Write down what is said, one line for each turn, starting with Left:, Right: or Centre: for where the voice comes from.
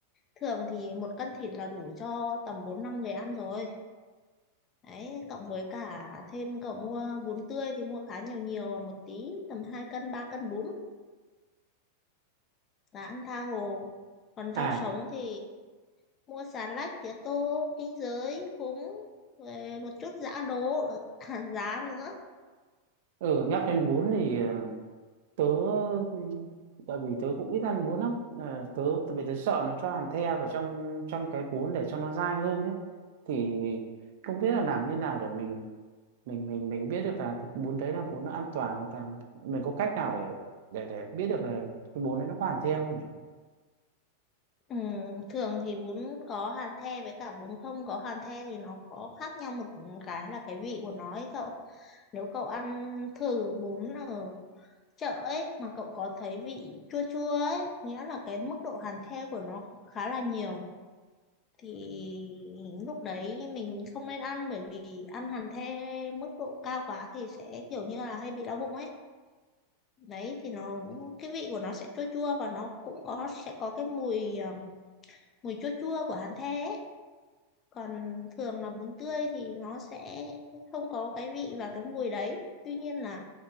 Left: Thường thì một cân thịt là đủ cho tầm 4 5 người ăn rồi. Đấy, cộng với cả thêm cậu mua bún tươi thì mua khá nhiều nhiều và một tí, tầm 2 cân, 3 cân bún là ăn tha hồ. Còn
Right: À,
Left: rau sống thì mua xà lách tía tô kinh giới húng rồi một chút giã đỗ <laughs> hạt giá nữa
Right: ừ nhắc đến bún thì ờ, tớ ừm, tại vì tớ cũng ít ăn bún lắm. Ờ, tớ tại vì tớ sợ nó cho hàn the vào trong trong cái bún để cho nó dai hơn ấy. Thì không biết là làm như nào để mình mình mình mình biết được là cái bún đấy là bún nó an toàn hoặc là mình có cách nào để để để biết được là cái bún đấy nó có hàn the không nhỉ
Left: ừ, thường thì bún có hàn the với cả bún không có hàn the thì nó có khác nhau một cái là cái vị của nó ấy cậu nếu cậu ăn thử bún ở chợ ấy mà cậu có thấy vị chua chua ấy nghĩa là cái mức độ hàn the của nó khá là nhiều thì lúc đấy mình không nên ăn bởi vì ăn hàn the mức độ cao quá thì sẽ kiểu như là hay bị đau bụng ấy đấy thì nó cái vị của nó sẽ chua chua và nó cũng có sẽ có cái mùi à, mùi chua chua của hàn the ấy. còn thường là bún tươi thì nó sẽ không có cái vị và cái mùi đấy tuy nhiên là